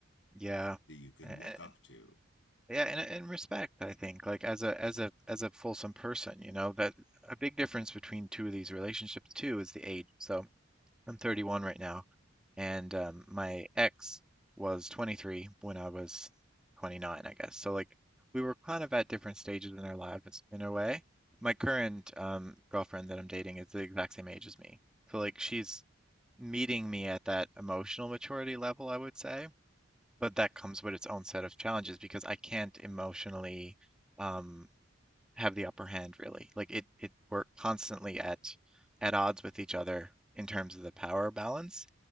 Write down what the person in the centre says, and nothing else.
Yeah.
A-
Yeah, and and respect, I think, like as a as a as a fulsome person, you know, that a big difference between two of these relationships too is the age. So I'm 31 right now. and um, my ex was 23 when I was 29, I guess. So like we were kind of at different stages in our lives in a way. My current um, girlfriend that I'm dating is the exact same age as me. So like she's meeting me at that emotional maturity level, I would say, but that comes with its own set of challenges because I can't emotionally um, have the upper hand really. Like it, it we're constantly at at odds with each other in terms of the power balance